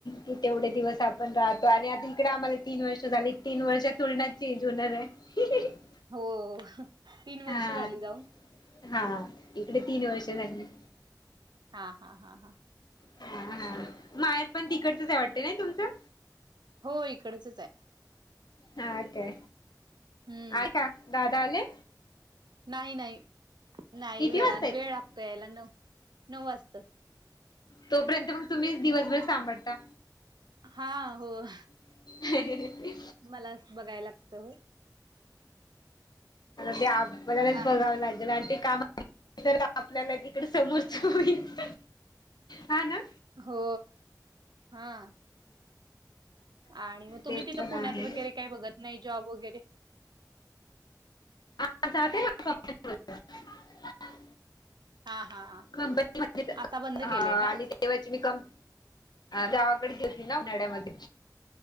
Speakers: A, on the left; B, on the right.
A: कि तेवढे दिवस आपण राहतो आणि आता इकडे आम्हाला तीन वर्ष झाली तीन वर्ष थोडी ना चेंज होणार आहे? <unintelligible>
B: हो तीन वर्ष
A: हा
B: झाली जाऊन?
A: हा इकडे तीन वर्षे झाली.
B: हा हा हा हा.
A: हा हा माहेर पण तिकडचच आहे वाटते नाही तुमचं?
B: होय इकडचच आहे.
A: हा काय
B: हम्म
A: आले का दादा आले?
B: नाही नाही नाही
A: किती
B: वेळ
A: वाजता
B: आणि
A: आहेत
B: वेळ लागतो यायला नऊ नऊ वाजतं.
A: तोपर्यंत मग तुम्हीच दिवसभर सांभाळता?
B: हा हो.
A: <inaudible>
B: मला असं बघायला लागतं हो.
A: ते आपल्यालाच
B: आणि
A: बघावं लागेल आणि ते कामं तर आपल्याला तिकडं समोरच होईल हा ना.
B: हो हाय. आणि मग तुम्ही
A: ते
B: तिथं
A: पण
B: पुण्यात
A: आहे
B: वगैरे काही बघत नाही जॉब वगैरे?
A: हा जाते ना <unintelligible>
B: हा हा हा.
A: कंपनी मध्येच
B: आता बंद
A: हा
B: केलंय
A: आणि
B: का
A: ते तेव्हाची मी कम गावाकडे घेतली ना उन्हाळ्यामध्ये